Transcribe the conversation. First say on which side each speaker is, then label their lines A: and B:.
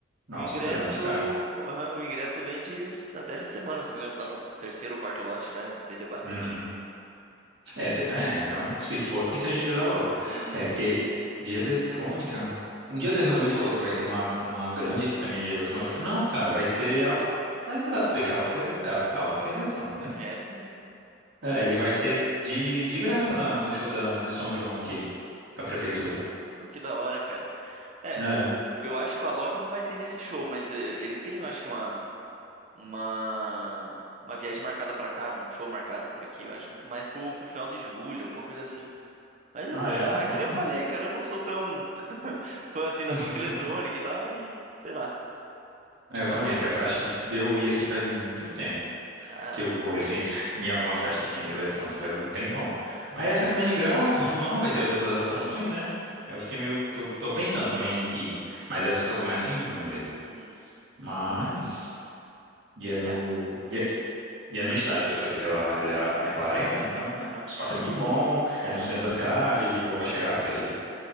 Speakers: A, on the right; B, on the right.
A: nossa,
B: E o ingresso,
A: grande, cara.
B: aham, o ingresso vende até essa semana, se não me engano, tá no terceiro ou quarto lote já, vendeu bastante
A: Uhum.
B: já.
A: É, te- é, então, se for, tem que agilizar logo.
B: Uhum.
A: É, porque de eletrônica. Um dia desse alguém me falou que vai ter uma, uma grande aqui também de eletrônica. Não, cara, vai ter. a- Ainda dá pra dizer que a Loki é, elet- a, a Loki é eletrônica, né?
B: É, sim, é sim.
A: É, ele vai ter de, de graça na- no show da, de São João aqui, da prefeitura.
B: Oh, que da hora, cara. É,
A: É.
B: o, eu acho que o Alok não vai ter nesse show, mas eh, ele tem, eu acho que uma, uma, uma viagem marcada pra cá, um show marcado por aqui, eu acho mais pro, pro final de julho, alguma coisa assim. Mas, eu,
A: Ah, é?
B: ah,
A: Olha.
B: que nem eu falei, cara, eu não sou tão <laughs> fã assim da
A: <laughs>
B: música eletrônica e tal, e sei lá.
A: É, Eu
B: Talvez.
A: também, cara. Acho que deu eu ir assim faz muito tempo.
B: ah,
A: que eu vou, e, assim, em alguma festa, assim, eletrônica, vai um tempão. Aí essa, como é de graça, São João, vai ter as outras atrações,
B: Uhum,
A: né? Aí eu fiquei meio, tô, tô pensando também em ir, mas essa só começa em junho mesmo.
B: uhum.
A: Mas, e é no,
B: É,
A: e é, e é no estádio que eu te falei, que é lá
B: uhum,
A: naquela, naquela arena, então o
B: aham,
A: espaço é muito bom,
B: foi
A: é
B: tranquilo.
A: no centro da cidade, é de boa pra chegar, sair